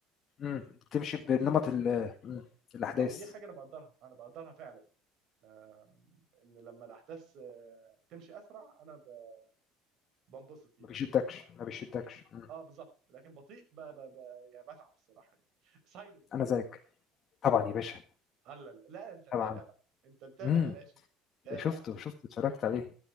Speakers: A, on the left (about 35°); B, on the right (about 55°).
A: مم. بتمشي بنمط
B: ودي
A: ال- مم. الاحداث
B: آه، ودي حاجه انا بقدرها انا بقدرها فعلا يعني آه ان لما الاحداث آه تمشي اسرع انا ب- بنبسط يعني
A: ما بيشدكش ما بيشدكش مم.
B: اه بالظبط لكن بطيء ب... ب... ب... يعني بتعب الصراحه يعني سايلو
A: انا زيك طبعا يا باشا
B: لا لا لا انت متابع
A: طبعا
B: بقى انت متابع
A: امم
B: يا باشا متابع
A: شفته شفته اتفرجت عليه